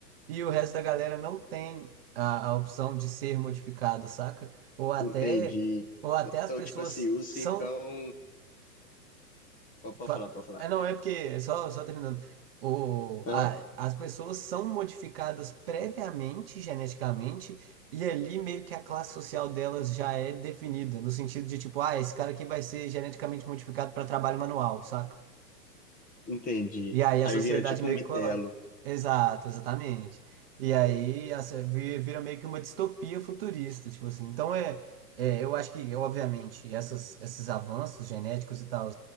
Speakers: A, on the right; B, on the left.
A: e o resto da galera não tem a, a opção de ser modificado, saca? Ou até,
B: Entendi.
A: ou até as
B: Então,
A: pessoas
B: tipo assim, o Cicão.
A: são
B: Pode pode
A: Fa-
B: falar, pode falar.
A: É, não, é porque, só, só terminando, o,
B: Aham.
A: a- as pessoas são modificadas previamente, geneticamente, e ali meio que a classe social delas já é definida, no sentido de tipo, ah, esse cara aqui vai ser geneticamente modificado para trabalho manual, saca?
B: Entendi.
A: E aí a
B: Aí
A: sociedade
B: vira tipo
A: meio
B: um metelo.
A: que colapsa. Exato, exatamente. E aí a se- vi- vira meio que uma distopia futurista, tipo assim. Então é, é, eu acho que, obviamente, essas, esses avanços genéticos e tal